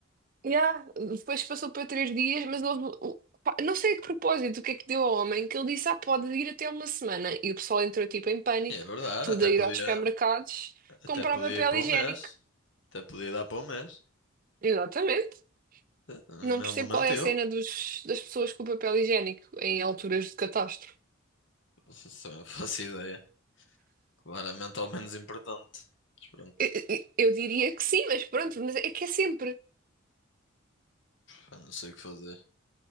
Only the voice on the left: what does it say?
E é verdade,
até
podia.
Até
podia
ir para
o mês. Até podia dar para um mês.
Ele
não mentiu.
Só eu <laughs> faço ideia. Claramente ao menos importante. Mas pronto,
pá, não sei o que fazer.